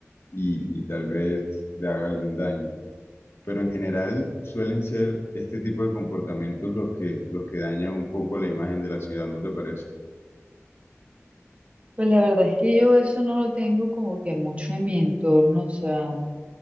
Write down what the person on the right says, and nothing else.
Pues la verdad es que yo eso no lo tengo como que mucho en mi entorno, o sea,